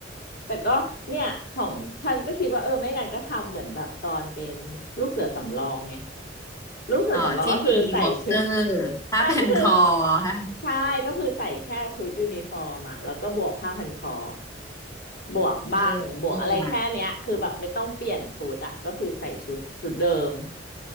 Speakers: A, on the left; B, on the left.
A: แต่ก็เนี่ยของฉันก็คิดว่าเออไม่งั้นก็ทำเหมือนแบบตอนเป็นลูกเสือสำรองไงลูกเสือสำรองก็คือใส่ชุด
B: อ๋อที่มีอีวอ k เกอร์ผ้าพันคอ
A: <laughs> ไม่ก็คือ
B: ฮะ
A: ใช่ก็คือใส่แค่ชุดยูนิฟอร์มอะแล้วก็บวกผ้าพันคอบวกบังบวกอะไรแค่เนี้ยคือแบบไม่ต้องเปลี่ยนชุดอะก็คือใส่ชุดชุดเดิม
B: เออเออ